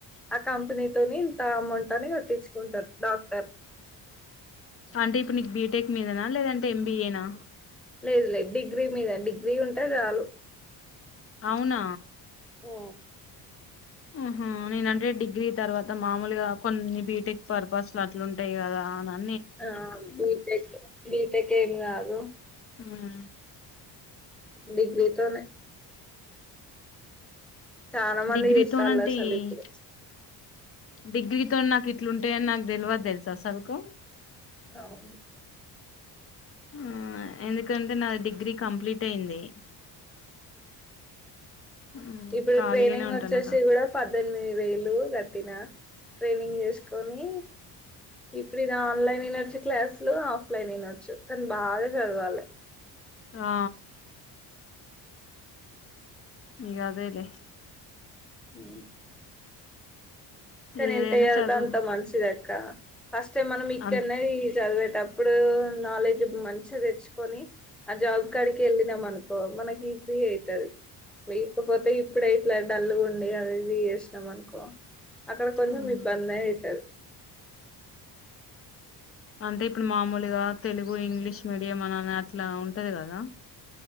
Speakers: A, in the centre; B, on the left.
A: ఆ కంపెనీతోని ఇంత అమౌంట్ అని కట్టించు కుంటరు డాక్
B: అంటే ఇప్పుడు నీకు బీటెక్ మీదన లేదంటే ఎం బి ఏ నా
A: లేదు లేదు డిగ్రీ మీద డిగ్రీ ఉంటే చాలు
B: అవున
A: ఓ
B: ఆహ నేనంటే డిగ్రీ తర్వాత మామూలుగా కొన్ని బీటెక్ పర్పస్ ల అట్లుంటయి కదా అ
A: ఆ బీటెక్ బిటెక్ ఏమి కాదు
B: మ్మ్.
A: డిగ్రీతోనే చాలా మంది
B: డిగ్రీతోనంటే
A: ఇస్తలసలు
B: ఈ-
A: ఇప్పుడు
B: డిగ్రీతో నాకు ఇట్లుంటాయని నాకు తెలివదు తెలుసు అసలుకు
A: అవు
B: ఆ ఎందుకంటే నా డిగ్రీ కంప్లీట్ అయింది మ్మ్.
A: ఇప్పుడు
B: ఖాళీగానే
A: ట్రైనింగ్
B: ఉంటానక
A: వచ్చేసి కూడా పద్ధతి వేలు గత్తిన ట్రైనింగ్ చేసుకొని ఇప్పుడు ఇది ఆన్లైన్ అయిన చ్చ క్లాస్ లో లలేనినాచ్చ కనీ బాగా వాలి
B: ఆ ఇకా అదేలే
A: అ కానీ
B: ఏదైనా
A: ఎంత్యళ్తే
B: చదువు
A: అంత మంచిది అక్క ఫస్ట్ టైమ్ మనం ఇక్కడనే
B: అం
A: చదివేటప్పుడు ఇప్పుడు నాలెడ్జ్ మంచి తెచ్చుకొని ఆ జాబ్ కారకి వెళ్ళ నామ్మనుకు మనకి ఈజీ అవుతుది లేకపోతే ఇప్పుడయిట్లే డల్లుగుండి అది ఇది చేసినం అనుకో అక్కడ కొంచెం
B: ఉమ్
A: ఇబ్బంది అవుతారు
B: అంటే ఇప్పుడు మామూలుగా తెలుగు ఇంగ్లీష్ మీడియం అన అట్లా ఉంటది కదా